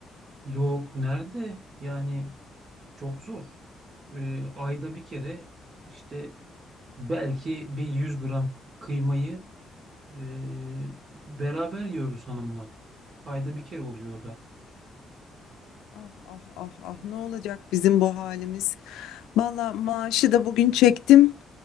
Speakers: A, on the right; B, on the left.
A: Yok nerede? Yani çok zor. E, ayda bir kere işte belki bir 100 gram kıymayı e, beraber yiyoruz hanımla. Ayda bir kere oluyor o da.
B: Ah ah ah ah ne olacak bizim bu halimiz? Valla maaşı da bugün çektim.